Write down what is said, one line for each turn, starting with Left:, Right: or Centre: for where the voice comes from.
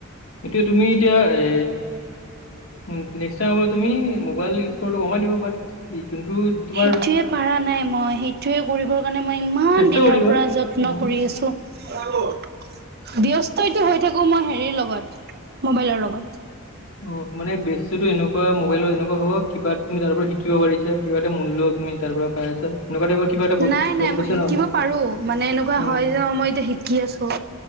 Left: এতিয়া তুমি এতিয়া এ উম নেক্স টাইমৰ পৰা তুমি মোবাইল ইউজ কৰাতো কমাই দিবা। বাট যোনটো তোমাৰ
Right: সেইটোয়ে পাৰা নাই মই সেইটোয়ে কৰিবৰ কাৰণে মই ইমান
Left: চেষ্টা
Right: দিনৰ
Left: কৰিবা
Right: পৰা যত যত্ন
Left: তুমি,
Right: কৰি আছোঁ। <unintelligible> ব্যস্তইতো হৈ থাকো মই হেৰি লগত মোবাইলৰ লগত
Left: অ মানে ব্যস্ততো এনেকুৱা মোবাইলত এনেকুৱা হ'ব কিবা তুমি তাৰ পৰা শিকিব পাৰিছা। কিবা এটা মূল্য তুমি তাৰ পৰা পাই আছা। এনেকুৱা টাইপৰ কিবা এটা বস্তু
Right: নাই
Left: গম
Right: নাই
Left: পাইছা
Right: মই শিকিব
Left: ন
Right: পাৰোঁ মানে এনেকুৱা
Left: উম
Right: হয় যে মই এতিয়া শিকি আছোঁ।